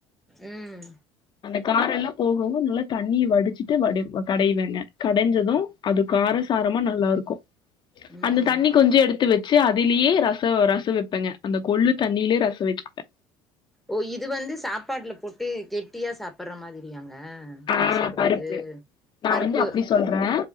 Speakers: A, in the centre; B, on the left (about 45°).
A: ம்
B: அந்த காரல்லா போகவு நல்லா தண்ணிய வடிச்சிட்டு வடி கடைவேங்க கடைஞ்சது அது காரசாரமா நல்லாருக்கு
A: ம்
B: அந்த தண்ணிகொஞ்சு எடுத் த்து வெச்சு அதுலேயே ரச ரசொ வெப்பேங்க அந்த கொள்ளு தண்ணியிலே ரசொ வச்சப்பே
A: ஓ இது வந்து சாப்பாட்டுல போட்டு கெட்டியா சாப்ட்ற மாதிரியாங்க நீங்க
B: ஆ
A: சொல்றது
B: பருப்பு நா
A: பருப்பு
B: வந்து அப்டி சொல்றே